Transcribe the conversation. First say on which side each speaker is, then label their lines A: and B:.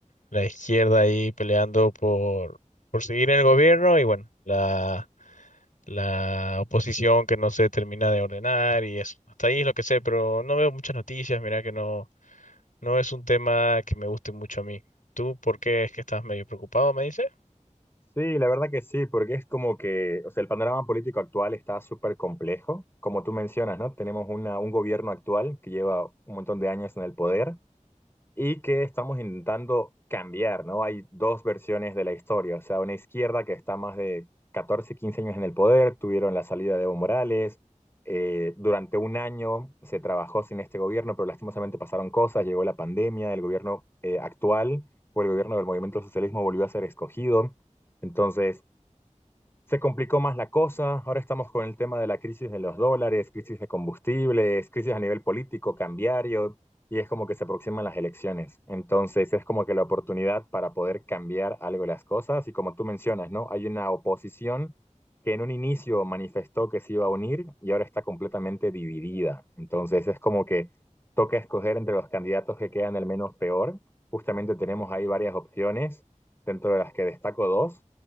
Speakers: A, on the left; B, on the left.
A: la izquierda ahí peleando por, por seguir en el gobierno y bueno, la, la oposición que no se termina de ordenar y eso. Hasta ahí es lo que sé, pero no veo muchas noticias, mira que no, no es un tema que me guste mucho a mí. ¿Tú por qué es que estás medio preocupado, me dices?
B: Sí, la verdad que sí, porque es como que, o sea, el panorama político actual está súper complejo. Como tú mencionas, ¿no? Tenemos una, un gobierno actual que lleva un montón de años en el poder y que estamos intentando cambiar, ¿no? Hay dos versiones de la historia, o sea, una izquierda que está más de catorce quince años en el poder, tuvieron la salida de Evo Morales, eh, durante un año se trabajó sin este gobierno, pero lastimosamente pasaron cosas, llegó la pandemia, el gobierno eh, actual o el gobierno del movimiento socialismo volvió a ser escogido, entonces se complicó más la cosa, ahora estamos con el tema de la crisis de los dólares, crisis de combustibles, crisis a nivel político, cambiario, y es como que se aproximan las elecciones. Entonces es como que la oportunidad para poder cambiar algo de las cosas, y como tú mencionas, ¿no? Hay una oposición que en un inicio manifestó que se iba a unir y ahora está completamente dividida. Entonces es como que toca escoger entre los candidatos que quedan el menos peor. Justamente tenemos ahí varias opciones, dentro de las que destaco dos